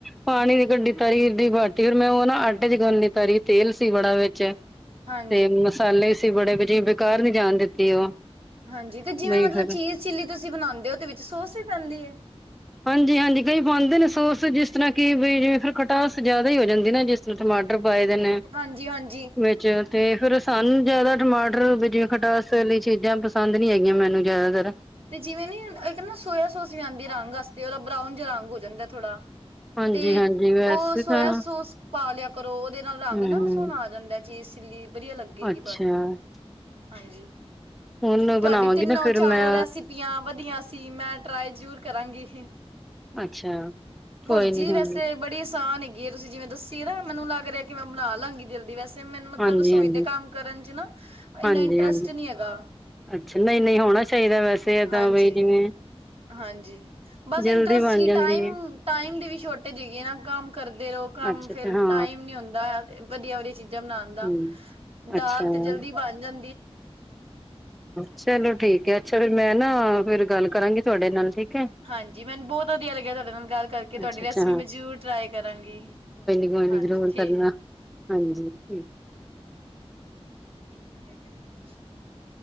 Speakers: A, in the centre; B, on the right.
A: ਪਾਣੀ ਦੀ ਕੱਢੀ ਤਰੀ ਦੀ ਬਾਟੀ, ਫਿਰ ਮੈਂ ਉਹ ਨਾ ਆਟੇ ਚ ਹੀ ਗੁਨ ਲਈ ਤਰੀ। ਤੇਲ ਸੀ ਬੜਾ ਵਿੱਚ।
B: ਹਾਂਜੀ
A: ਤੇ ਮਸਾਲੇ ਸੀ ਬੜੇ ਵੀ ਜੀ। ਬੇਕਾਰ ਨੀ ਜਾਣ ਦਿੱਤੀ ਉਹ।
B: ਹਾਂਜੀ। ਤੇ ਜਿਵੇਂ
A: ਬਈ
B: ਮਤਲਬ
A: ਫਿਰ
B: ਚੀਜ਼ ਚਿੱਲੀ ਤੁਸੀਂ ਬਣਾਦੇ ਹੋ, ਤੇ ਵਿੱਚ ਸੋਸ ਵੀ ਪੈਂਦੀ ਹੈ?
A: ਹਾਂਜੀ-ਹਾਂਜੀ। ਕਈ ਪਾਉਂਦੇ ਨੇ ਸੋਸ, ਜਿਸ ਤਰ੍ਹਾਂ ਕਿ ਬਈ ਜਿਵੇਂ ਫਿਰ ਖਟਾਸ ਜ਼ਿਆਦਾ ਹੀ ਹੋ ਜਾਂਦੀ ਨਾ ਜਿਸ ਤਰ੍ਹਾਂ ਟਮਾਟਰ ਟਮਾਟਰ ਪਾਏ ਦੇ ਨੇ
B: ਹਾਂਜੀ ਹਾਂਜੀ
A: ਵਿੱਚ, ਤੇ ਫੇਰ ਸਾਨੂੰ ਜਿਆਦਾ ਟਮਾਟਰ ਟਰ, ਬੀ ਜਿਵੇਂ ਖਟਾਸ ਲਈ ਚੀਜ਼ਾਂ ਪਸੰਦ ਨੀ ਹੈਗੀਆਂ ਮੈਨੂੰ ਜ਼ਿਆਦਾਤਰ
B: ਤੇ ਜਿਵੇਂ ਨੀ ਇੱਕ ਨਾ ਸੋਇਆ ਸੋਸ ਵੀ ਆਉਂਦੀ ਹੈ ਰੰਗਾਸਤੇ। ਉਹਦਾ ਬਰਾਊਨ ਜਯਾ ਰੰਗ ਹੋ ਜਾਂਦਾ ਹੈ ਥੋੜਾ
A: ਹਾਂਜੀ-ਹਾਂਜੀ
B: ਤੇ
A: ਵੈਸੇ
B: ਉਹ ਸੋਆ
A: ਤਾਂ
B: ਸੋਸ ਪਾ ਲਿਆ ਕਰੋ। ਉਹਦੇ ਨਾਲ ਰੰਗ
A: ਹੂੰ
B: ਨਾ ਸੋਹਣਾ ਆ ਜਾਂਦਾ ਹੈ ਚੀਜ਼ ਚਿੱਲੀ ਵਧੀਆ ਲੱਗੇਗੀ
A: ਅੱਛਾ-ਅੱਛਾ
B: ਤੁਹਾਡੀ। ਹਾਂਜੀ,
A: ਹੁਣ ਬਣਾਵਾਂਗੀ
B: ਤੁਹਾਡੀ ਤਿੰਨੋਂ
A: ਨਾ ਫਿਰ
B: ਚਾਰੋ
A: ਮੈਂ
B: ਰੈਸ ਰੈਸਿਪੀਆਂ ਵਧਆ ਸੀ। ਮੈਂ ਟਰਾਈ ਜ਼ਰੂਰ ਕਰਾਂਗੀ।
A: ਅੱਛਾ ਕੋਈ
B: ਪੁਰਜੀ
A: ਨੀ ਕੋਈ
B: ਵੈਸੇ
A: ਨੀ
B: ਬੜੀ ਆਸਾਨ ਹੈਗ ਗੀ ਤੁਸੀਂ ਜਿਵੇਂ ਦੱਸੀ ਤਾਂ ਮੈਨੂੰ ਲੱਗ ਹੇਹਾ, ਕਿ ਮੈਂ ਬਣਾ ਲਾਂਗੀ ਜਲਦੀ ਵੈਸ ਤੇ, ਮੈਨੂੰ ਮਤਲਬ
A: ਹਾਂਜੀ-ਹਾਂਜੀ,
B: ਰਸੋਈ ਦੇ ਕੰਮ ਕਰਨ'ਚ ਨਾ,
A: ਹਾਂਜੀ-ਹਾਂਜੀ
B: ਇੰਨਾ ਇੰਟਰਸਟ ਨੀ ਹੈਗਾ।
A: ਅੱਛਾ, ਨਹੀਂ-ਨਹੀਂ ਹੋਣਾ ਚਾਹੀਦਾ ਵੈਸੇ ਤਾਂ
B: ਹਾਂਜੀ-ਹਾਂਜੀ,
A: ਬਈ ਜਿਵੇਂ
B: ਬਸ
A: ਜਲਦੀ
B: ਇੰਟਰਸਟ
A: ਬਣ
B: ਕੀ
A: ਜਾਂਦੀ
B: ਟਾਇਮ,
A: ਹੈ
B: ਟਾ ਟਾਇਮ ਦੀ ਵੀ ਛੋਟੇਜ ਗੇ ਨਾ ਕੰਮ ਕਰਦੇ ਰਹੋ, ਕੰਮ
A: ਅੱਛਾ
B: ਫੇਰ,
A: ਹਾਂ
B: ਟਾਈਮ ਨੀ ਹੁੰਂਦਾ ਵਧੀਆ- ਵਧੀਆ ਚੀਜ਼ਾਂ ਬਣਾਨ ਦਾ
A: ਹੂੰ
B: ਦਾਲ
A: ਅੱਛਾ
B: ਤੇ, ਜਲਦੀ ਬਣ ਜਾਂ
A: ਚਲੋ ਠੀਕ ਹੈ, ਅੱਛਾ ਫੇਰ ''ਮੈਂ ਨਾ ਫੇਰ ਗੱਲ ਕਰਾਂਗੀ ਤੁਹਾਡੇ ਨਾਲ ਠੀਕ ਹੈ
B: ਹਾਂਜੀ। ਮੈਨੂੰ ਬਹੁਤ ਵਧੀਆ ਲੱਗਿਆ ਤੁਹਾਡੇ ਨਾਲ ਗੱਲ ਕਰਕੇ ਤੁਹਾਡੀ
A: ਅੱਛਾ ਅੱਛਾ
B: ਰੈਸਪੀ ''ਮੈਂ ਜ਼ਰੂਰ ਟ੍ਰਾਈ ਕਰਾਂਗੀ।
A: ਗਰੋਰ
B: ਹਾਂਜੀ,
A: ਕਰਨਾ, ਹਾਂਜੀ।
B: <unintelligible>